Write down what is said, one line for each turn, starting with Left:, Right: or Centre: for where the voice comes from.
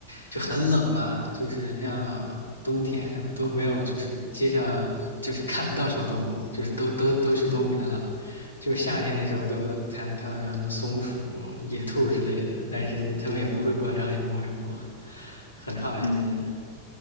Left: 就很冷嘛，就是像冬天什么都没有，
Right: 嗯
Left: 就是街上就是看不到小动物，就是都都都去冬眠了。就是夏天的时候都能才能看到像什么松鼠、野兔之类的，但是他们也不会过来让你摸一摸，
Right: 嗯
Left: 很怕人，
Right: 嗯，